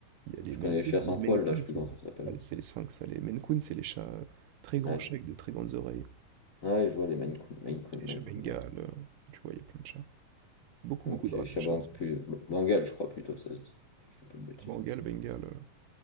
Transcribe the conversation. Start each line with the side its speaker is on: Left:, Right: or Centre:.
Right: Il y a les
Left: Je
Right: Maine
Left: connais
Right: Coon,
Left: les chiens sans
Right: les
Left: poil,
Right: Maine
Left: là,
Right: Coon,
Left: je sais plus
Right: c'est
Left: comment
Right: les
Left: ça s'appelle.
Right: ah, les c'est les sphinx, ça. Les Maine Coon, c'est les chats, heu, très grands
Left: Ouais.
Right: chats avec de très grandes oreilles.
Left: Ah ouais, je vois les Maine Coon, Maine Coon,
Right: les
Left: Maine
Right: chats bengales,
Left: Coon, ouais.
Right: euh, enfin, tu vois, il y a plein de chats. Beaucoup,
Left: Ok,
Right: beaucoup de races
Left: Chabang,
Right: de chats aussi.
Left: plus Bengale, je crois plutôt, ça se dit. Je dis pas de bêtises.
Right: Bengale,
Left: hein.
Right: Bengale. euh.